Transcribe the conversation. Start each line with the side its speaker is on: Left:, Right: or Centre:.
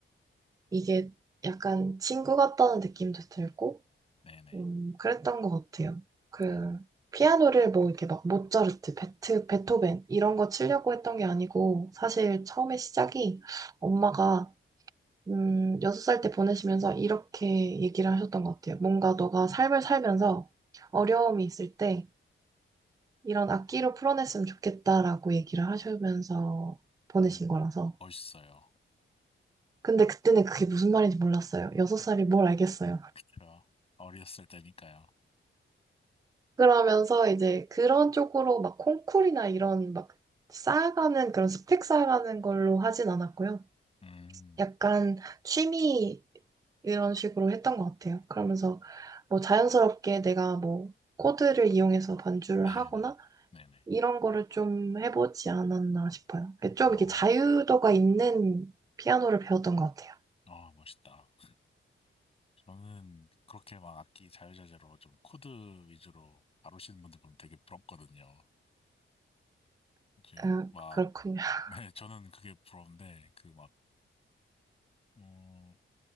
Right: 이게 약간 친구 같다는 느낌도 들고
Left: 네네.
Right: 음, 그랬던 것 같아요. 그
Left: 어
Right: 피아노를 뭐 이렇게 막 모차르트, 베트, 베토벤 이런 거 치려고 했던 게 아니고 사실 처음에 시작이 엄마가 음, 6살 때 보내시면서 이렇게 얘기를 하셨던 것 같아요. 뭔가 너가 삶을 살면서 어려움이 있을 때 이런 악기로 풀어냈으면 좋겠다라고 얘기를 하시면서 보내신
Left: 오,
Right: 거라서.
Left: 멋있어요.
Right: 근데 그때는 그게 무슨 말인지 몰랐어요. 여섯 살이 뭘 알겠어요.
Left: 제가 어렸을 때니까요.
Right: 그러면서 이제 그런 쪽으로 막 콩쿨이나 이런 막 쌓아가는 그런 스펙 쌓아가는 걸로 하진 않았고요.
Left: 음,
Right: 약간 취미 이런 식으로 했던 것 같아요. 그러면서 뭐 자연스럽게 내가 뭐 코드를 이용해서 반주를
Left: 네네.
Right: 하거나
Left: 네네.
Right: 이런 거를 좀 해보지 않았나 싶어요. 그러니까 좀
Left: 어,
Right: 이렇게 자유도가 있는 피아노를 배웠던 것 같아요.
Left: 아, 멋있다. 저는 그렇게 막 악기 자유자재로 좀 코드 위주로 다루시는 분들 보면 되게 부럽거든요. 이제
Right: 음,
Left: 막,
Right: 그렇군요.
Left: <laughs>
Right: <laughs>
Left: 네, 저는 그게 부러운데, 그 막, 음,